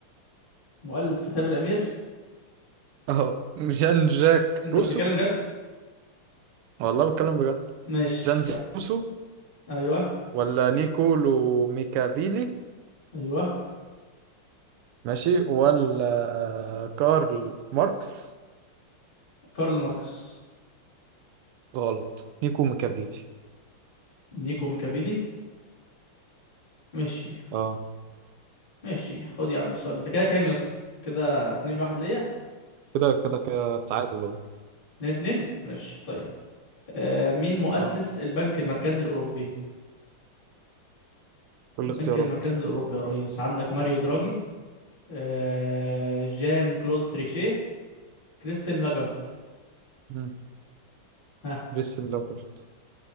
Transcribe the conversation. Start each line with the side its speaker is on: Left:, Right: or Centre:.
Left: مؤلف كتاب الامير
Right: أهو جان جاك
Left: انت
Right: روسو
Left: بتتكلم جد
Right: والله بتكلم بجد
Left: ماشي
Right: جان جاك
Left: كم
Right: روسو
Left: ايوه
Right: ولا نيكولو ميكافيلي
Left: ايوه
Right: ماشي ولا كارل ماركس
Left: كارل ماركس
Right: غلط نيكو ميكافيلي
Left: نيكو ميكافيلي ماشي
Right: اه
Left: ماشي خد يا عم السؤال بتاع كده كام يا اسطى كده اتنين واحد ليا
Right: كده كده كده تعادل اهو
Left: اتنين اتنين ماشي طيب آه مين مؤسس
Right: اه
Left: البنك المركزي الاوروبي
Right: كل
Left: البنك
Right: الاختيارات
Left: المركزي الاوروبي يا ريس عندك ماريو دراجي آه، جان كلود تريشيه كريستين لاجارد
Right: مم.
Left: ها
Right: كريستيان لاجرت